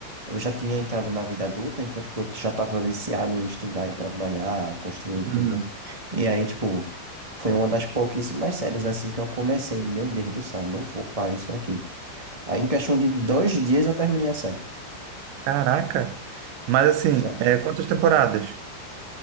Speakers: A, on the right (about 45°); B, on the right (about 85°).
A: Eu já tinha entrado na vida adulta, então, tipo, eu já tava viciado em estudar e trabalhar, construir tudo.
B: uhum,
A: E aí, tipo, foi uma das pouquíssimas séries assim que eu comecei. Meu Deus do céu, não vou parar isso aqui. Aí, em questão de dois dias, eu terminei a série.
B: caraca, mas assim,
A: Sério.
B: é, quantas temporadas?